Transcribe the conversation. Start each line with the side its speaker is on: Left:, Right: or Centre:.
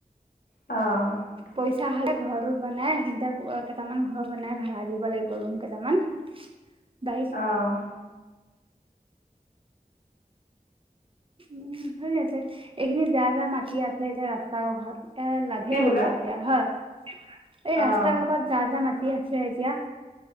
Left: অ'।
Right: পইচা হ'লে ঘৰটো বনাই সেইখিনিতে কেইটামান ঘৰ বনাই ভাড়া দিব লাগিব ৰুম কেইটামান। <inaudible>
Left: অ'।
Right: উম, সেই ইয়াতে এইখিনিত যাৰ যাৰ মাটি আছে এতিয়া ৰাস্তা <unintelligible> এ লাভে
Left: কি বোলে
Right: হ'ব এতিয়া হয় এই ৰাস্তা
Left: অঁ
Right: কাষত যাৰ যাৰ মাটি আছে এতিয়া।